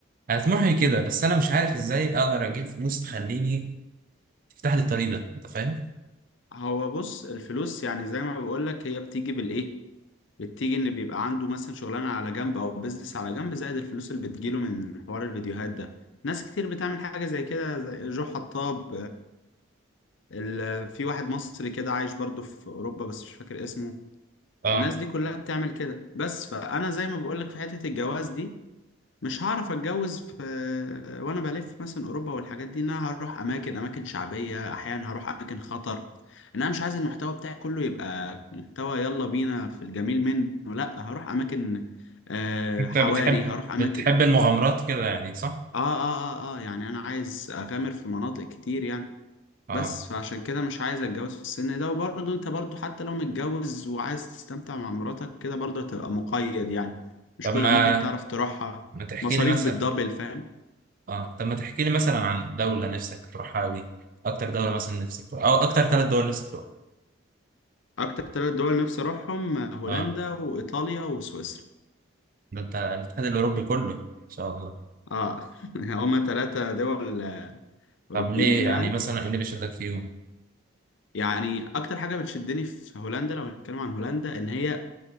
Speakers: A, on the right (about 40°); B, on the left (about 70°).
A: أنا طموحي كده بس أنا مش عارف إزاي أقدر أجيب فلوس تخليني تفتح لي الطريق ده أنت فاهم؟
B: هو بص الفلوس يعني زي ما بقول لك هي بتيجي بالايه بتيجي ان بيبقى عنده مثلا شغلانة على جنب او بيزنس على جنب زائد الفلوس اللي بتجيله من حوار الفيديوهات ده ناس كتير بتعمل حاجة زي كده زي جو حطاب ال- في واحد مصري كده عايش برضو في اوروبا بس مش فاكر اسمه
A: آه
B: الناس دي كلها بتعمل كده بس فانا زي ما بقولك في حتة الجواز دي مش هعرف اتجوز في <hesitation> وانا بلف مثلا اوروبا والحاجات دي ان انا هروح اماكن اماكن شعبية احيانا هروح اماكن خطر ان انا مش عايز المحتوى بتاعي كله يبقى محتوى يلا بينا في الجميل منه لا هروح اماكن آه،
A: أنت
B: حواري
A: بتحب
B: هروح اماكن
A: بتحب المغامرات كده يعني صح؟
B: اه اه اه اه يعني انا عايز اغامر في مناطق كتير يعني.
A: آه
B: بس فعشان كده مش عايز اتجوز في السن ده وبرضه انت برضه حتى لو متجوز وعايز تستمتع مع مراتك كده برضه هتبقى مقيد يعني مش
A: طب
B: كل
A: ما
B: الاماكن تعرف تروحها
A: ما تحكي
B: مصاريف
A: لي مثلا
B: بالدبل فاهم
A: آه طب ما تحكي لي مثلا عن دولة نفسك تروحها أوي أكتر دولة مثلا نفسك تروحها أو أكتر ثلاث دول نفسك تروحها
B: اكتر ثلاث دول نفسي اروحهم هولندا
A: آه
B: وايطاليا وسويسرا
A: ده انت الاتحاد الاوروبي كله ان شاء الله
B: اه <laughs> هما ثلاثة دول اوروبيين
A: طب ليه يعني
B: يعني
A: مثلا ايه اللي بيشدك فيهم
B: يعني اكتر حاجة بتشدني في هولندا لو هنتكلم عن هولندا ان هي